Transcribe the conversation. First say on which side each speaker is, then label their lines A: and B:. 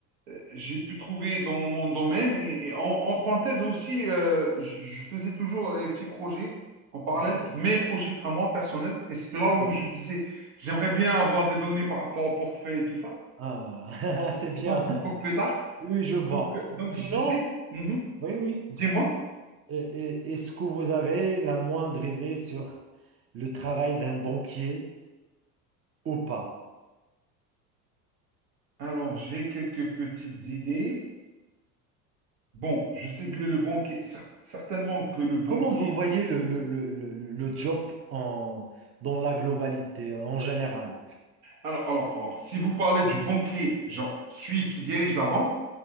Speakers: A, on the right; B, on the right.
A: euh, j'ai pu trouver dans mon domaine. Et, et en, en parenthèse aussi, euh, je je faisais toujours des petits projets en parallèle,
B: Ah, c'est bien.
A: mes projets à moi personnels. Et c'est de là où
B: Ah,
A: je disais, j'aimerais bien avoir des données par rapport au portefeuille et tout ça.
B: ah, <laughs> c'est bien.
A: Ça, c'est pour plus tard.
B: Oui, je
A: Donc,
B: vois.
A: donc
B: Sinon,
A: je disais, mhm,
B: oui, oui.
A: dis-moi.
B: Et- et- Est-ce que vous avez la moindre idée sur le travail d'un banquier ou pas?
A: Alors, j'ai quelques petites idées. Bon, je sais
B: Si.
A: que le banquier, cer- certainement que le banquier.
B: Comment vous voyez le, le, le, le, le job en, dans la globalité, en général?
A: Alors, alors, alors, si vous parlez du banquier, genre celui qui dirige la banque,